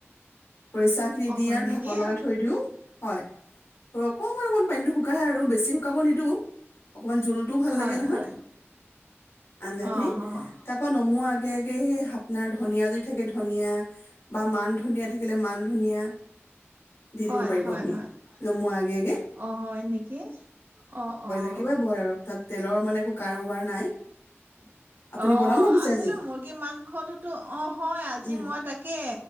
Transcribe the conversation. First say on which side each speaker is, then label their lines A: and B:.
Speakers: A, on the left (about 70°); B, on the right (about 45°).
A: খৰিচাখিনি
B: অ',
A: দি
B: হয়
A: আও
B: নেকি?
A: ঢাকোন লগাই থৈ দিওঁ। হয়, ধৰক, অকণমান, অকণমান পানীতো শুকাই আৰু বেছি শুকাব নিদিওঁ <unintelligible> জুলটোও ভাল
B: হয়
A: লাগে নহয়
B: হয়।
A: আঞ্জাখিনি,
B: অ', অ',
A: তাপা ন নমোৱাৰ আগে, আগে, সেই আপোনাৰ, ধনীয়া যদি থাকে, ধনীয়া বা মানধনীয়া থাকিলে মানধনীয়া দি
B: হয়
A: দিব পাৰিব
B: হয়
A: আপুনি।
B: হয়।
A: নমোৱাৰ আগে,
B: অ', হয় নেকি? অ', অ'।
A: আগে ব্ৰইলাৰ <unintelligible> তাত তেলৰ, মানে, একো কাৰোবাৰ নাই
B: অ',
A: আপুনি বনাম ভাবিছে
B: আচলতে
A: আজি
B: মুৰ্গী মাংসতটো, অ', হয়, আজি
A: উম
B: মই তাকে